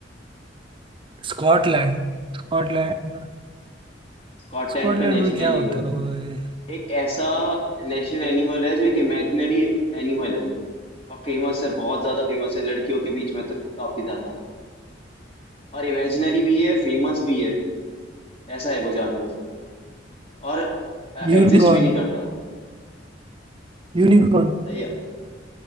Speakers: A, on the right (about 25°); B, on the left (about 30°).
A: Scotland Scotland
B: Scotland
A: स्कॉटलैंड
B: का नेशनल
A: में क्या
B: एनिमल
A: होता होगा भाई
B: एक ऐसा नेशनल एनिमल है जो एक इमेजिनरी एनिमल है और फेमस है बहुत ज्यादा फेमस है लड़कियों के बीच में तो काफी ज्यादा और इमेजिनरी भी है फेमस भी है ऐसा है वो जानवर और एग्जिस्ट
A: यूनिकॉर्न
B: भी नहीं करता
A: यूनिकॉर्न
B: सही है